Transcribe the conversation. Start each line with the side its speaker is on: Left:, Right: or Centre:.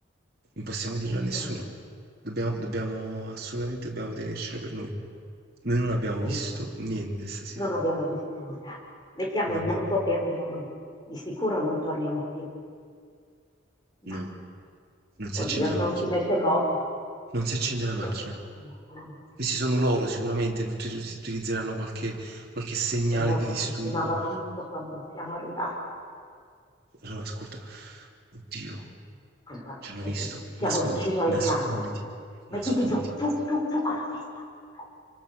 Right: Non possiamo dirlo
Left: nessuno
Right: a nessuno.
Left: ci...
Right: Dobbiamo, dobbiamo, assolutamente dobbiamo tenercelo per noi. Noi non abbiamo
Left: Senti,
Right: visto niente stasera.
Left: non abbiamo visto nulla. Mettiamo
Right: Non abbiamo.
Left: in moto e andiamo. Di sicuro non torniamo più. Ma
Right: No, non si
Left: oddio,
Right: accende la
Left: non
Right: macchina.
Left: si mette in moto.
Right: Non si accende la macchina.
Left: Non si mette in moto la macchina.
Right: Questi sono loro sicuramente, uti- utilizzeranno qualche, qualche segnale
Left: In moto
Right: di disturbo.
Left: funzionava tutto quando siamo arrivati.
Right: Allora, ascolta, oddio,
Left: Andavamo
Right: ci
Left: a
Right: hanno
Left: piedi,
Right: visto.
Left: siamo
Right: Nasconditi,
Left: vicini alle
Right: nasconditi,
Left: case. Mettiti
Right: nasconditi.
Left: giù, giù, giù, giù con la testa. Giù,